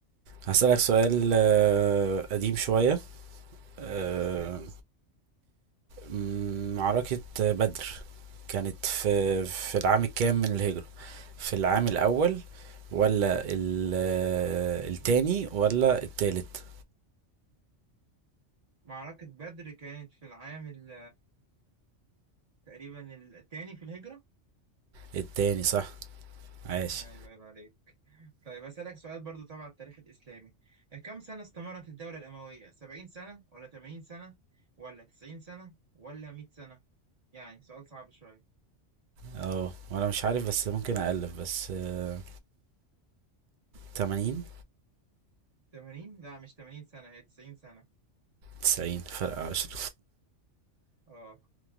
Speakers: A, on the right (about 50°); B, on the right (about 30°).
A: هسألك سؤال آه، قديم شوية آه،
B: ماشي اسأل.
A: م، معركة بدر كانت في في العام الكام من الهجرة في العام الأول ولا ال- آه، التاني ولا التالت
B: معركة بدر كانت في العام ال- تقريبا الثاني في الهجرة
A: التاني صح عاش
B: ايوه عيب عليك طيب أسألك سؤال برضو تبع التاريخ الإسلامي كم سنة استمرت الدولة الأموية 70 سنة ولا 80 سنة ولا 90 سنة ولا 100 سنة يعني سؤال صعب شوية
A: اه وانا مش عارف بس ممكن أألف بس آه، تمانين
B: 80 لا مش 80 سنة هي 90 سنة
A: تسعين فرق عشر
B: اه